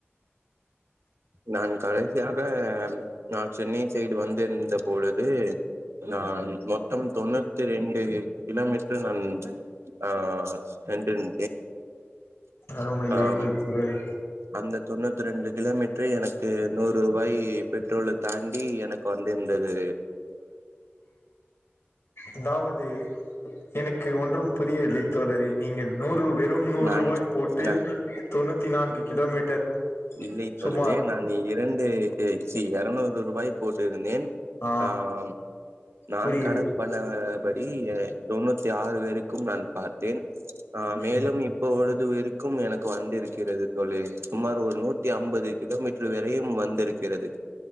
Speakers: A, on the right (about 85°); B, on the left (about 80°).
A: நான் கடைசியாக நான் சென்னை சைடு வந்திருந்த பொழுது நான் மொத்தம் தொண்ணூத்தி ரெண்டு கிலோமீட்டர் நான் ஆ ஸ்டெண்டின்
B: அருமை
A: ஆம்
B: அருமை தோழரே
A: அந்த தொண்ணூத்து ரெண்டு கிலோமீட்ரே எனக்கு நூறுவாய் பெட்ரோல தாண்டி எனக்கு வந்து இருந்தது
B: அதாவது எனக்கு ஒன்றும் புரியவில்லை தோழரே நீங்கள் நூறு வெறும் நூறு
A: நான்
B: ரூவாய் போட்டு
A: நான்
B: தொண்ணூத்தி நான்கு கிலோமீட்டர்
A: இல்லை தோழரே
B: சுமார்
A: நான் இரண்டு எ சீ எரநூறு ரூபாய் போட்டிருந்தேன்
B: ஆ
A: ஆம் நான்
B: புரிகிறது
A: கணக்கு பண்ண படி இங்க தொண்ணூத்தி ஆறு வேருக்கும் நான் பார்த்தேன் ஆ மேலும்
B: ம்
A: இப்ப ஒழுது விருக்கும் எனக்கு வந்திருக்கிறது தோழி சுமார் ஒரு நூத்தி அம்பது கிலோமீட்டர் வரையும் வந்திருக்கிறது